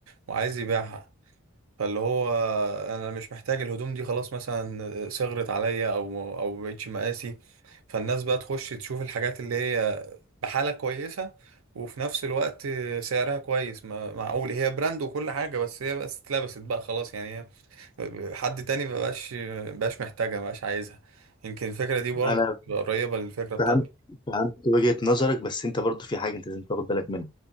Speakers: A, on the right (about 80°); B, on the left (about 20°).
A: وعايز يبيعها فاللي هو انا مش محتاج الهدوم دي خلاص مثلا صغرت عليا او او مبقتش مقاسي فالناس بقى تخش تشوف الحاجات اللي هي بحاله كويسه وفي نفس الوقت سعرها كويس ما- معقول هي براند وكل حاجه بس هي بس اتلبست بقى خلاص يعني هي حد تاني مبقاش مبقاش محتاجها مبقاش عايزها يمكن الفكرة دي برضو
B: انا
A: قريبة للفكرة بتاعتك
B: فهمت فهمت وجهة نظرك بس انت برضو في حاجة انت لازم تاخد بالك منها